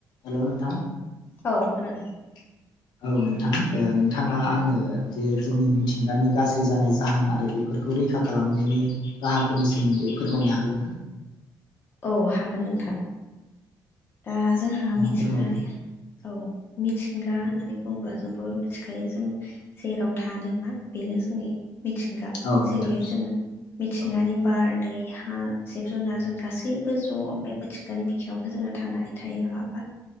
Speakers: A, on the left; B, on the left.
A: Hello नोंथां
B: औ खोनादों
A: <inaudible> औ नोंथां ओ नोंथाङा आंनो बे जोंनि मिथिंगानि गाज्रि जानाय जाहोन आरो बे फोरखौ रैखा खालामनायनि राहाफोरनि सोमोन्दै फोरमायनो हागोन ना?
B: औ हागोन नोंथां दा जोंहा
A: नोंथाङा
B: मिथिंगा
A: फोरमायदो
B: औ मिथिंगा होननानै बुङोब्ला जों बयबो मिथिखायो जों जेराव थादोंना बेनो जोंनि मिथिंगा
A: औ नोंथां
B: जेरैहाय जोङो मिथिंगानि
A: औ
B: बार दै हा जिब जुनार जों गासै सैबो ज' बे मिथिंगानि बिखायावबो जोङो थांनानै थायो नङा ओमबा